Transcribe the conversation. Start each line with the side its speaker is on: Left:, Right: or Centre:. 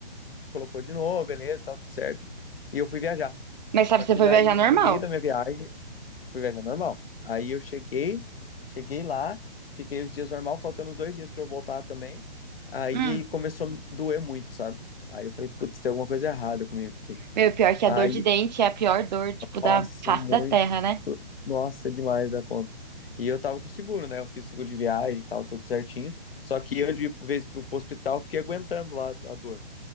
Left: colocou de novo, beleza, tá tudo certo. E eu fui viajar.
Right: Mas
Left: Só
Right: sabe, você
Left: que
Right: foi
Left: daí,
Right: viajar
Left: no,
Right: normal.
Left: no meio da minha viagem, eu fui viajar normal. Aí eu cheguei, cheguei lá, fiquei os dias normal, faltando os dois dias para eu voltar também. Aí
Right: Hum.
Left: começou a me doer muito, sabe? Aí eu falei, putz, tem alguma coisa errada comigo aqui.
Right: Meu, pior que
Left: Aí
Right: a dor de dente é a pior dor, tipo, da
Left: Nossa,
Right: face
Left: muito.
Right: da terra, né?
Left: Nossa, é demais da conta. E eu tava com seguro, né? Eu fiz seguro de viagem e tal, tudo certinho. Só que eu, de vez pro pro hospital, fiquei aguentando lá a dor.